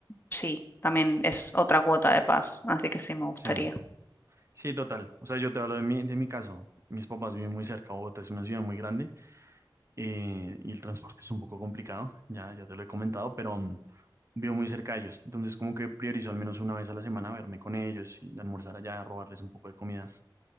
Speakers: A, on the left; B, on the right.
A: sí, también es otra cuota de paz, así que sí, me gustaría.
B: Sí, sí, total. O sea, yo te hablo de mi, de mi caso. Mis papás viven muy cerca, Bogotá es una ciudad muy grande eh, y el transporte es un poco complicado, ya, ya te lo he comentado, pero mm, vivo muy cerca de ellos. Entonces, como que priorizo al menos una vez a la semana verme con ellos y almorzar allá, robarles un poco de comida